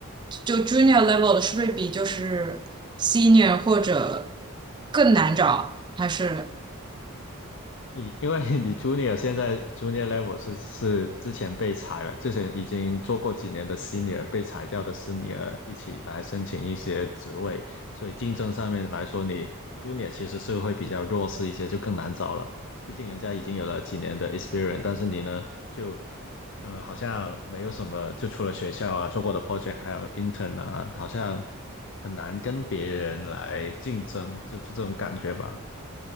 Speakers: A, on the right (about 20°); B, on the left (about 55°).
A: 就 junior level 的是不是比就是 senior 或者更难找？还是
B: 你因为你 junior 现在 junior level 是是之前被裁了，之前已经做过几年的 senior 被裁掉的 senior 一起来申请一些职位，所以竞争上面来说，你 junior 其实是会比较弱势一些，就更难找了。毕竟人家已经有了几年的 experience，但是你呢，就呃好像没有什么，就除了学校啊做过的 project，还有 intern 啊，好像很难跟别人来竞争，就是这种感觉吧。